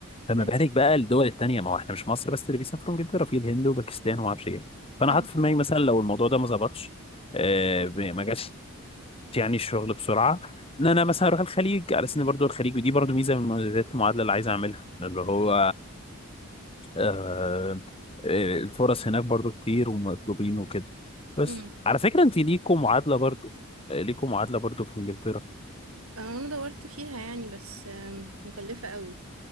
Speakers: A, on the left; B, on the right.
A: فما
B: ايوه
A: بالك بقى الدول التانيه ما هو احنا مش مصر بس اللي بيسافروا انجلترا في الهند وباكستان وما اعرفش ايه فانا
B: ايوه
A: حاطط في دماغي مثلا لو الموضوع ده ما ظبطش آه ب- ما جاش يعني الشغل بسرعه ان انا مثلا اروح الخليج على سن برضه الخليج ودي برضه ميزه من مميزات المعادله اللي عايز اعملها اللي هو آه، آه، الفرص هناك برضو كتير ومطلوبين وكده بس
B: امم
A: على فكرة انت ليكوا معادلة برضو آه، ليكوا معادلة برضو في انجلترا
B: آه، انا دورت فيها يعني بس آم، مكلفه قوي